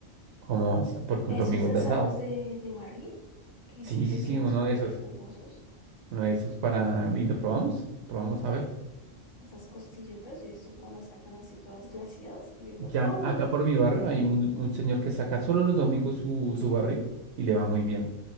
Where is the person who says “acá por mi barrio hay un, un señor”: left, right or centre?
Right